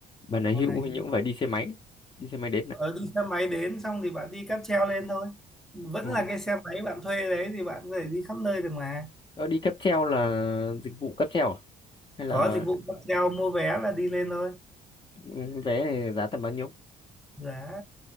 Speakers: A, on the left; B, in the centre.
A: bà này
B: Bà
A: hưu
B: Nà Hưu
A: hình như cũng phải đi xe máy đi xe máy đến này
B: ờ, đi xe máy đến xong thì bạn đi cáp treo lên thôi vẫn
A: ừ.
B: là cái xe máy bạn thuê đấy thì bạn có thể đi khắp nơi được mà
A: Ờ, đi cáp treo là dịch vụ cáp treo à? hay
B: có
A: là
B: dịch vụ cáp treo mua vé là đi lên thôi
A: ừ, vé này giá tầm bao nhiêu
B: giá